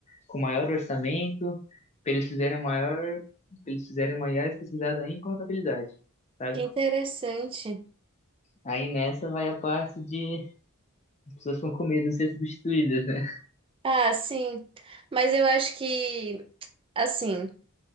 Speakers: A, on the left; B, on the right.
A: com maior orçamento, pra eles fizerem a maior, pra eles fizerem uma IA especializada em contabilidade, sabe?
B: que interessante.
A: Aí nessa vai a parte de as pessoas ficam com medo de ser substituídas, né?
B: Ah, sim, mas eu acho que, assim...